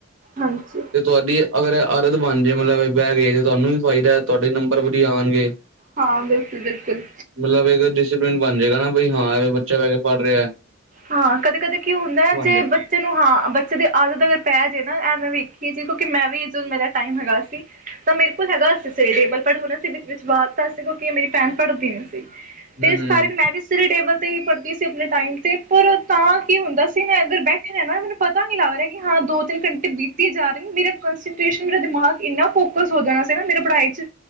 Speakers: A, on the right; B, on the right.
A: ਹਾਂਜੀ
B: ਤੇ ਤੁਹਾਡੀ ਅਗਰ ਏ ਆਦਤ ਬਣ ਜੇ ਮਤਲਬ ਬਹਿ ਗਏ ਤੇ ਤੁਹਾਨੂੰ ਵੀ ਫਾਇਦਾ ਤੁਹਾਡੇ ਨੰਬਰ ਵਧੀਆ ਆਣਗੇ।
A: ਹਾਂ ਬਿਲਕੁਲ-ਬਿਲਕੁਲ
B: ਮਤਲਬ ਇੱਕ ਡਿਸਿਪਲਿਨ ਬਣ ਜਾਏਗਾ ਨਾ ਬਈ ਹਾਂ ਇਹ ਬੱਚਾ ਬਹਿ ਕੇ ਪੜ੍ਹ ਰਿਆ ਐ।
A: ਹਾਂ ਕਦੇ-ਕਦੇ ਕੀ ਹੁੰਦਾ ਹੈ ਜੇ
B: ਜਾਂਦੀ
A: ਬੱਚੇ
B: ਹੈ।
A: ਨੂੰ ਹਾਂ ਬੱਚੇ ਦੇ ਆਦਤ ਏਂਵੇ ਪੈ ਜੇ ਨਾ ਐ ਮੈਂ ਵੇਖੀਏ ਜੀ ਕਿਉਂਕਿ ਮੈਂ ਵੀ ਜਦੋਂ ਮੇਰਾ ਟਾਈਮ ਹੈਗਾ ਸੀ। ਤਾਂ ਮੇਰੇ ਕੋਲ ਹੈਗਾ ਅ ਸੀ ਸ ਟੇਬਲ ਪਰ ਹੁਣ ਅਸੀਂ ਵਿਚ ਵਾ ਦਿਤਾ ਸੀ ਕਿਉਂਕਿ ਮੇਰੀ ਭੈਣ ਪੜ੍ਹਦੀ ਨਈ ਸੀ। ਤੇ
B: ਹੂੰ
A: ਇਸ
B: ਹੂੰ
A: ਕਾਰਨ ਮੈਂ ਵੀ ਸਿਰੇ ਟੇਬਲ ਤੇ ਵੀ ਪੜ੍ਹਦੀ ਸੀ ਆਪਣੇ ਟਾਈਮ ਤੇ ਪਰ ਤਾਂ ਕੀ ਹੁੰਦਾ ਸੀ ਨਾ ਅਗਰ ਬੈਠੇ ਨੇ ਨਾ ਮੈਨੂੰ ਪਤਾ ਨਈ ਲੱਗ ਰਿਆ ਕਿ ਹਾਂ ਦੋ ਤਿੰਨ ਘੰਟੇ ਬੀਤੇ ਜਾ ਰਏ ਨੇ ਮੇਰਾ ਕਸਂਟ੍ਰੇਸ਼ਨ ਮੇਰਾ ਦਿਮਾਗ ਇੰਨਾ ਫੋਕ ਹੋ ਜਾਣਾ ਸੀ ਨਾ ਮੇਰੇ ਪੜ੍ਹਾਈ 'ਚ